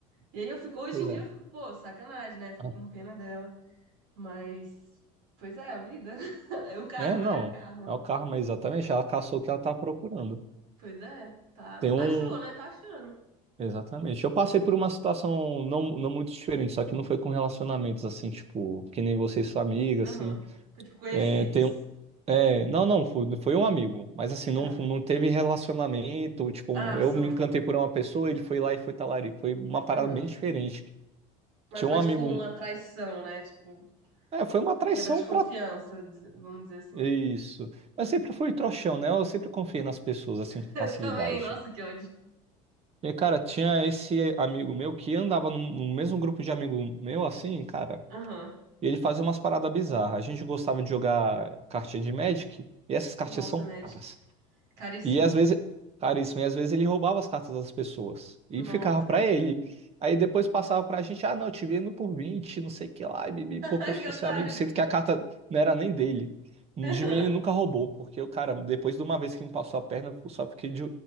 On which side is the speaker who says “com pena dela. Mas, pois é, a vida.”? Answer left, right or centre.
Right